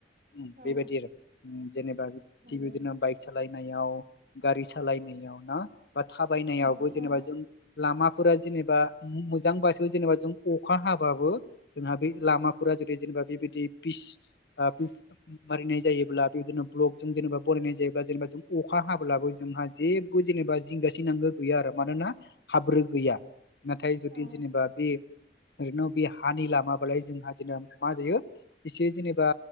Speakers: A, on the left; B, on the right.
A: उम
B: औ
A: बेबायदि आरो। जेनेबा
B: नंगौ
A: थिग बिदिनो बाइक सालायनायाव गारि सालायनायाव ना बा थाबायनायाव
B: औ
A: अ जेनेबा
B: औ
A: जों लामाफोरा जेनेबा मोजां बासो जेनेबा जों अखा हाबाबो जोंहा बे लामाफोरा जदि जेनेबा बेबायदि फिस ओ <unintelligible> मारिनाय जायो। अब्ला बेदिनो बल्क जों जेनेबा बनायनाय जायोब्ला जेनेबा जों अखा हाब्लाबो जोंहा जेबो जेनेबा जिंगासिनांगौ गैया आरो मानोना हाब्रो गैया नाथाय जुदि
B: औ
A: जेनेबा बे ओरैनो बे हानि लामाबालाय जोंहा जेनेबा मा जायो एसे जेनेबा